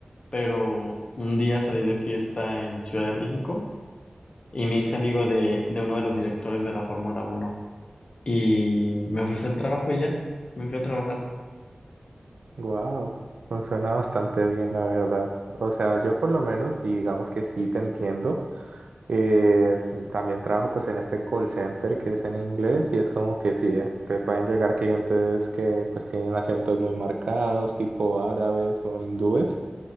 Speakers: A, on the left; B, on the right.
A: pero un día salí de fiesta en Ciudad de México y me hice amigo de, de uno de los directores de la Fórmula Uno y me ofreció el trabajo y ya, me fui a trabajar.
B: Wow, suena bastante bien, la verdad. O sea, yo por lo menos, y digamos que sí te entiendo. Eh, también trabajo pues en este call center que es en inglés y es como que sí, eh, te pueden llegar clientes que pues tienen acentos muy marcados, tipo árabes o hindúes.